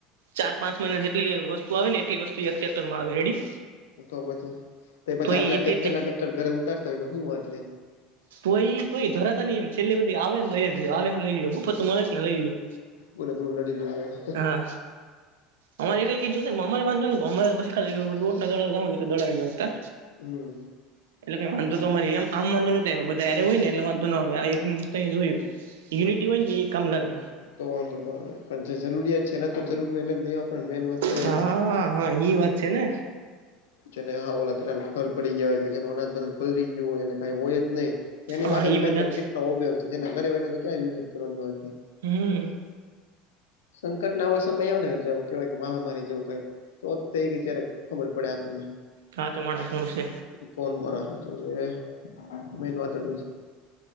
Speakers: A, on the right (about 75°); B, on the left (about 80°).
A: ચાર પાંચ મહિના જેટલી વસ્ આવે ને એટલી વસ્તુ એકતર માં આવે રેડી.
B: તો પછી તો પછી આટલા
A: એ એટ
B: ટટેક્ટર
A: એટલે
B: ના ટટેક્ટર ઘરે ઉતારતા હોય તો શું વાત રે.
A: તો એ તો ઈ ધરાતા ન એમ છેલ્લી બધી આવે ન લઈ લો આવે ન લઈ લો મફત મળે ને લઈ લ્યો.
B: ભોલે ભૂલના ડિલીઓને.
A: હા, અમારે કઈ ક જો મામારી વાંધો નેરે તો પછી ખાલી લોટ દળાવ હોય તો દડાવ લે કા?
B: હમ્મ.
A: એટલે કઈ વાંધો તો અમાર એમ આમ વાંધો નોતો આયવો બધા હાયરે હોય ન એટલે વાંધ ન આવે આ એક તા જોયું યુનિટી હોય ને તો એ કામ લાગે.
B: તોંધો પણ જે જરૂરિયાત છે એના તો જરૂર હોય એને જ દેવા પણ મેન વાત તો
A: હા
B: એ છે.
A: હા એ વાત છે ને.
B: જેને હા ઓ કેર પડી ગયા હોય કે જે અનાજ પ ગયો હોય કઈ હોય જ નહી. એની
A: હા
B: માટે
A: ઈ
B: જ મેન
A: બધા
B: તો કીટ નો ઉપયોગ છે જેના ઘરે હોય ને તો ક્યાં યુઝ જ કરવાની વાત હોય.
A: હમ્મ.
B: સંકટ ના આવો સમય આવે ને જે કેવાય કે મહામારી જેવું કઈક. તોત કે જ્યારે ખબર પડે આપણને.
A: હા તો મારા ફોનશે.
B: કોણ મારા હચો છે મેન વાતો નું